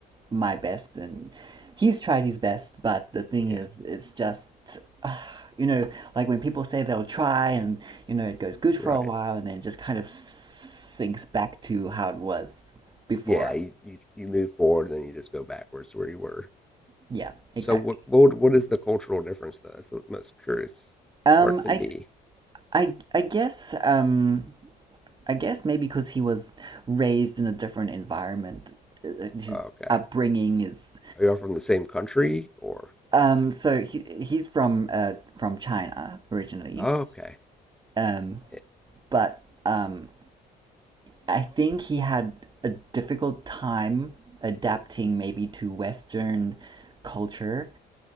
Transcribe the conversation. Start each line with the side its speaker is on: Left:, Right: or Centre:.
Right: my best and he's tried his best but the thing
Centre: yeah,
Right: is it's just <sighs> ah, you know like when people say they'll try and you know it goes good for
Centre: right.
Right: a while and then it just kind of sinks back to how it was before
Centre: Yeah, you, you, you move forward and then you just go backwards to where you were.
Right: yeah exactly
Centre: So what what what is the cultural difference though? That's the most curious
Right: um
Centre: part to
Right: i
Centre: me.
Right: i i guess um i guess maybe because he was raised in a different environment uh, his
Centre: Okay,
Right: upbringing is
Centre: are you all from the same country or?
Right: um so he, he's from uh from china originally
Centre: Oh, okay,
Right: um
Centre: It-
Right: but um I think he had a difficult time adapting maybe to Western culture